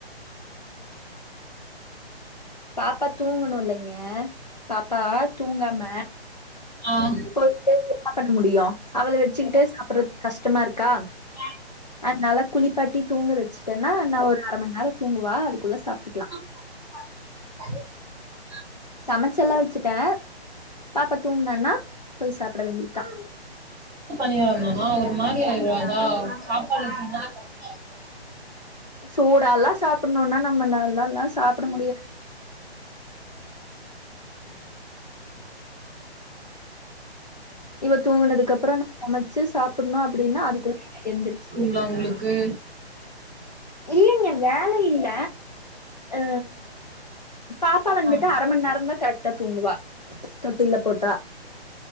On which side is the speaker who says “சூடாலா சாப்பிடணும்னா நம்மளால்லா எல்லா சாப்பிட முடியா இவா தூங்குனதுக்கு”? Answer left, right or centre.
Left